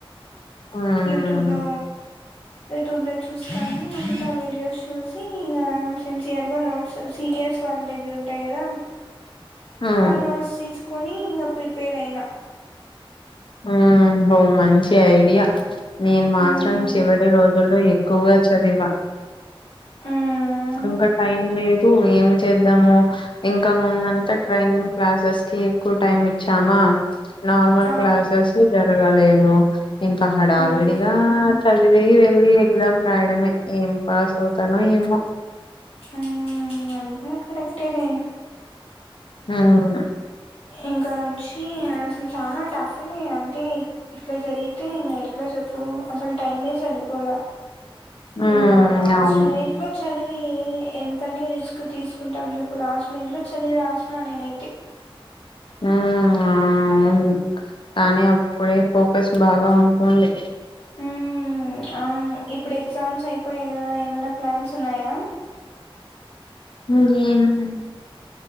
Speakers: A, on the left; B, on the left.
A: మ్మ్
B: యూట్యూబ్లో యూట్యూబ్లో చూస్తాను అంతా వీడియోస్ చూసి ఇంకా సిన్సియర్గా నోట్స్ సీనియర్స్ వాళ్ళ దగ్గర ఉంటాయి గదా
A: మ్మ్
B: వల్ల నోట్స్ తీస్ కొనీ ఇంగ ప్రిపేర్ అయిన
A: మ్మ్ ఓ మంచి ఐడియా నేను మాత్రం
B: హ్మ్.
A: చివరి రోజుల్లో ఎక్కువగా చదివా
B: హ్మ్.
A: ఇంకా టైం లేదు ఏం చేద్దాము ఇంకా ముందంతా ట్రైనింగ్ క్లాసెస్ కి ఎక్కువ టైం ఇచ్చామా నార్మల్
B: ఆ!
A: క్లాసెస్ జరగలేదు అ ఇంకా హడావిడిగా
B: హ్మ్.
A: చదివి వెళ్ళి పలం రాయడమే ఏం పాస్ అవుతానో ఏమో
B: ఉ అది కూడా కరెక్టే లె
A: ఆ నేను కూడా
B: ఇంకా చి అసలు చానా టఫ్ ఉన్నాయి టె ఇట్లా జరిగితే ఇంగ ఎట్లా చెప్పు అసలు టైమే సరిపోల
A: ఉమ్
B: ఇంగ లాస్ట్
A: అవును
B: మీనట్ లో చ చదివి ఎంతని రిస్క్ తీసుకుంటాం చెప్పు లాస్ట్ మీనట్ లో చదివి రాసిన నేనైతే
A: ఉ అవును కానీ అప్పుడే ఫోకస్ బాగా ఉంటుంది
B: ఉ అవును ఇప్పుడు ఎగ్జామ్స్ అయిపోయాయి కదా ఏమైనా ప్లాన్స్ ఉన్నాయా
A: ఇంకేంలేవ్